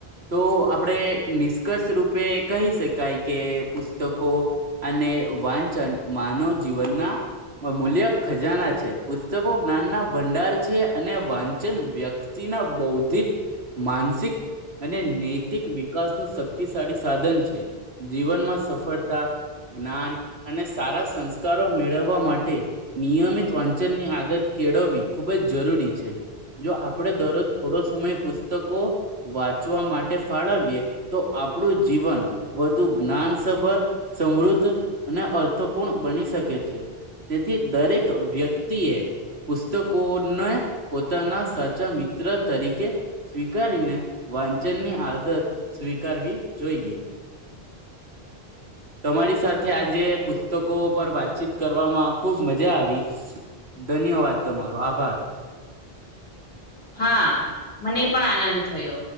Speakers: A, on the right; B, on the left.
A: તો આપણેે નિષ્કર્ષ રૂપે કહી શકાય કે પુસ્તકો અને વાંચન માનવ જીવન ના મ મૂલ્ય ખજાના છે. પુસ્તકો જ્ઞાનના ભંડાર છે અને વા ચન વ્યક્તિના બૌદ્ધિક, માનસિક અને નૈતિક વિકાસ નું શક્તિશાળી સાધન છે. જીવનમાં સફળતા, જ્ઞાન અને સારા સંસ્કારો મેળવવા માટે માટે નિયમિત વાંચનની આદત કેળવવી ખૂબ જ જરૂરી છે. જો આપણે દરરોજ થોડો સમય પુસ્તકો વાંચવા માટે ફાળવીએ તો આપણું જીવન વધુ જ્ઞાનસભર, સમૃદ્ધ અને અર્થપૂર્ણ બની શકે છે. તેથી દરેક વ્યક્ તી એ પુસ્તકોને પોતાના સાચા મિત્ર તરીકે સ્વીકારીને વાંચનની આદત સ્વીકારવી જોઈએ. તમારી સાથે આજે પુસ્તકો પર વાતચીત કરવામાં ખુબ મજા આવી. ધન્યવાદ તમારો, આભાર.
B: હા મને પણ આનંદ થયો.